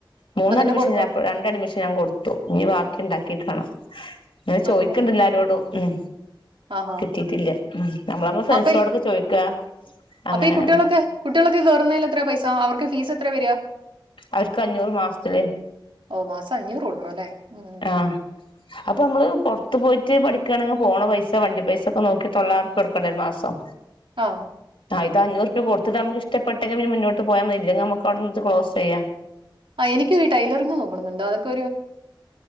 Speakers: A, on the left; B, on the right.
A: മൂന്ന്
B: എന്നിട്ട്
A: അഡ്മിഷൻ
B: കൊടുത്തോ
A: ഞാൻ പ്പൊ രണ്ട് അഡ്മിഷൻ ഞാൻ കൊട് ത്തു ഞ്ഞി ബാക്കി ണ്ടാക്കിട്ടാണം ങ്ങനെ ചോയ്ക്ക്ണ്ടെല്ലാരോടും.
B: അങ്ങനെ
A: ഉം
B: ആഹാ
A: കിട്ടിയിട്ടില്ല ഉം നമ്മള് നമ്മളെ ഫ്രണ്ട്സിനോടൊക്കെ
B: അപ്പെ
A: ചോദിക്കാ അങ്ങനെ
B: അപ്പഈ കുട്ട്യാളൊക്കെ
A: അങ്ങനെ
B: കുട്ട്യാളൊക്കെ കേറുന്നേൽ എത്രെ പൈസ സ അവർക്ക് ഫീസ് എത്രെ വര
A: അവർക്ക് അഞ്ഞൂറ് മാസ്ത്തില്
B: ഓ മാസം അഞ്ഞൂറ് കൊടുക്കണം അല്ലേ ഉം
A: ആഹ് അപ്പൊ മ്മള്പൊർ ത്ത് പോയിറ്റ് പഠിക്കാണെങ്ങ് പോണ പൈസ വണ്ടി പൈസ ഒക്കെ നോക്കി തൊള്ളായിരുർപ്യോട്ക്കണ്ടേ ഒരു മാസം
B: ആ
A: ആയിതാഞ്ഞൂറ് പ്പ കൊട്ത്ത്ട്ട് നമുക്ക് ഇഷ്ടപ്പെട്ടെങ്കിപിന്നെ മുന്നോട്ട് പോയാമതി ഇല്ലെങ്കി നമുക്ക് ഔട്ന്ന്ച്ച് ക്ലോസ് ചെയ്യ
B: ആ എനിക്കും ഈ ടൈലറിങ് നോക്കണമെന്നുണ്ട് അതൊക്കെ